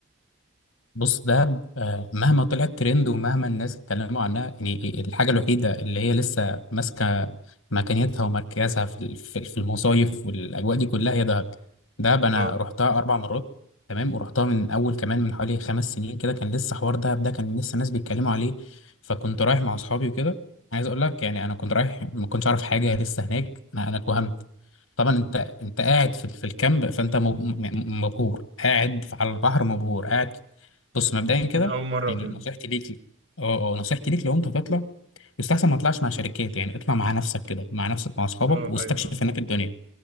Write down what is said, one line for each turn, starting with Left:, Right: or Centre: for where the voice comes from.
Left: بص دهب آه، مهما طلعت ترند ومهما الناس اتكلموا عنها يعني الحاجة الوحيدة اللي هي لسه ماسكة مكانتها ومركزها في ال- في في المصايف والأجواء دي كلها هي دهب دهب أنا
Right: أه
Left: رحتها أربع مرات تمام ورحتها من أول كمان من حوالي خمس سنين كده كان لسه حوار دهب ده كان لسه الناس بيتكلموا عليه فكنت رايح مع أصحابي وكده عايز أقول لك يعني أنا كنت رايح ما كنتش أعرف حاجة لسه هناك أنا أنا اتوهمت طبعا انت انت قاعد في في الكامب فانت مب- م- مبهور قاعد على البحر مبهور قاعد بص مبدئيا كده
Right: كان أول مرة
Left: يعني
Right: وكده
Left: نصيحتي ليك اه اه نصيحتي ليك لو انت هتطلع يستحسن ما تطلعش مع شركات يعني اطلع مع نفسك كده مع نفسك مع اصحابك
Right: أه
Left: واستكشف
Right: أيوه
Left: هناك الدنيا